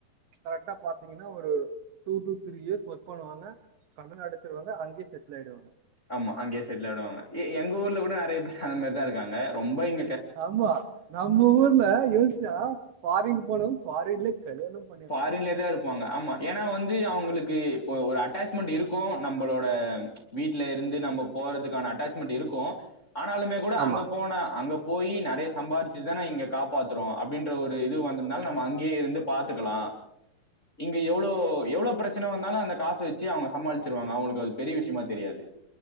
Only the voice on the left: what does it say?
ஆமா அங்கே செட்டில் ஆய்டுவாங்க எ எங்க ஊர்ல கூட நெறைய பேரு அந்த மாரி தா இருக்காங்க ரொம்ப இன்
பாரின்லே தா இருப்பாங்க ஆமா ஏனா வந்து அவங்களுக்கு ஒ ஒரு அட்டாச் மென்ட் இருக்கு நம்பளோட வீட்ல இருந்து நம்ம போறதுக்கான அட்டாச்மெண்ட் இருக்கு ஆனாலுமே கூட
அங்க போனா அங்க போயி நெறைய சம்பாரிச்சுட்தான இங்க காப்பாத்துறோ அப்டின்ற ஒரு இது வந்து இருந்தாலு
நம்ம அங்கயே இருந்து பாத்துக்கலா இங்க எவ்ளோ எவ்ளோ பிரச்சனை வந்தாலு அந்த காசு வெச்சு அவுங்க சமாளிச்சிருவாங்க அவுங்களுக்கு அது பெரியவிஷ்யமா தெரியாது